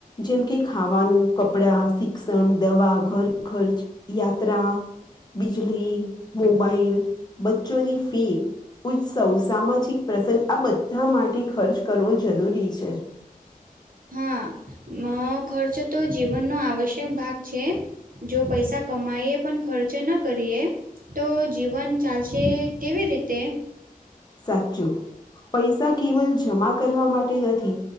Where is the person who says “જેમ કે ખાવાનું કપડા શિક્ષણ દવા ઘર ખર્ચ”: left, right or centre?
Left